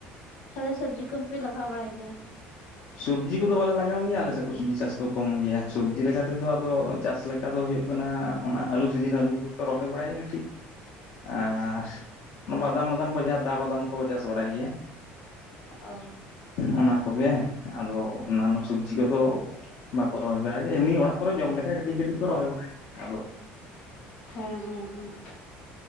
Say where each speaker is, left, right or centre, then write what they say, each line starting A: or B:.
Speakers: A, on the left; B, on the left.
A: ᱛᱟᱦᱞᱮ ᱥᱚᱵᱡᱤ ᱠᱚᱦᱚᱸᱯᱮ ᱞᱟᱜᱟᱣ ᱵᱟᱲᱟᱭ ᱜᱮᱭᱟ?
B: ᱥᱚᱵᱡᱤ ᱠᱚᱫᱚ ᱵᱟᱞᱮ ᱞᱟᱜᱟᱣ ᱜᱮᱭᱟ ᱟᱞᱮ ᱥᱮᱫ ᱫᱚ ᱥᱚᱵᱽᱡᱤ ᱪᱟᱥ ᱫᱚ ᱠᱚᱢ ᱜᱮᱭᱟ ᱥᱚᱵᱽᱡᱤ ᱞᱮᱠᱟ ᱛᱮᱫᱚ ᱟᱫᱚ ᱪᱟᱥ ᱞᱮᱠᱟ ᱫᱚ ᱦᱩᱭᱩᱜ ᱠᱟᱱᱟ ᱚᱱᱟ ᱟᱹᱞᱩ ᱥᱤᱡᱤᱱ ᱟᱹᱞᱩ ᱠᱚᱜᱮ ᱠᱚ ᱨᱚᱦᱚᱭ ᱵᱟᱲᱟᱭᱟ ᱠᱟᱹᱴᱤᱡ᱾ ᱟᱨ ᱵᱟᱫᱟᱢ ᱢᱟᱫᱟᱢ ᱠᱚ ᱡᱟᱦᱟᱸ ᱫᱟ ᱵᱟᱫᱟᱢ ᱠᱚ ᱪᱟᱥ ᱵᱟᱲᱟᱭ ᱜᱮᱭᱟ
A: ᱚ
B: ᱚᱱᱟ ᱠᱚᱜᱮ ᱦᱮᱸ ᱟᱫᱚ ᱚᱱᱟᱱᱚ ᱥᱚᱵᱡᱤ ᱠᱚᱫᱚ ᱵᱟᱠᱚ ᱨᱚᱦᱚᱭ ᱵᱟᱨᱟᱭ ᱜᱮᱭᱟ ᱢᱤᱪ ᱚᱲᱟᱜ ᱠᱚᱨᱮ ᱡᱚᱢ ᱞᱮᱠᱟ ᱠᱟᱹᱴᱤᱡ ᱠᱟᱹᱴᱤᱡ ᱠᱚ ᱨᱚᱦᱚᱭ ᱵᱟᱲᱟᱭ ᱜᱮᱭᱟ ᱟᱫᱚ᱾
A: ᱦᱮᱸ ᱦᱮᱸ ᱦᱟᱸ